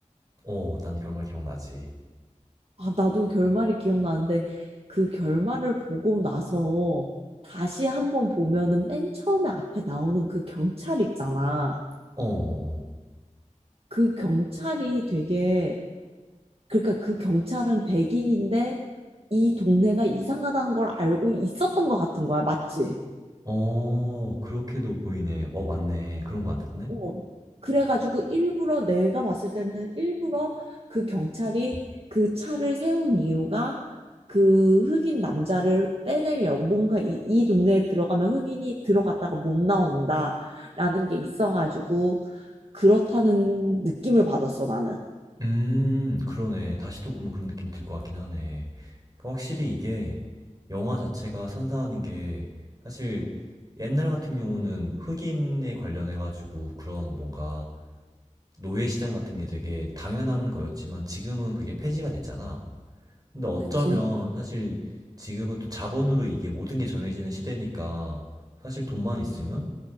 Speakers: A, on the right; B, on the right.
A: 어, 난 결말 기억나지.
B: 아, 나도 결말이 기억나는데 그 결말을 보고 나서 다시 한번 보면은 맨 처음에 앞에 나오는 그 경찰 있잖아.
A: 어, 어,
B: 그 경찰이 되게, 그러니까 그 경찰은 백인인데 이 동네가 이상하다는 걸 알고 있었던 것 같은 거야. 맞지?
A: 어. 어, 그렇게도 보이네. 어, 맞네. 그런 거 같은데?
B: 어, 그래가지고 일부러 내가 봤을 때는 일부러 그 경찰이 그 차를 세운 이유가 그 흑인 남자를 빼내려고 뭔가 이, 이 동네에 들어가면 흑인이 들어갔다가 못 나온다라는 게 있어가지고 그렇다는 느낌을 받았어 나는.
A: 음 그러네. 다시 또 보면 그런 느낌이 들 것 같긴 하네. 그러니까 확실히 이게 영화 자체가 선사하는 게 사실 옛날 같은 경우는 흑인에 관련해 가지고 그런 뭔가 노예 시장 같은 게 되게 당연한 거였지만 지금은 그게 폐지가 됐잖아. 근데 어쩌면
B: 그치?
A: 사실 지금은 또 자본으로 이게 모든 게 정해지는 시대니까 사실 돈만 있으면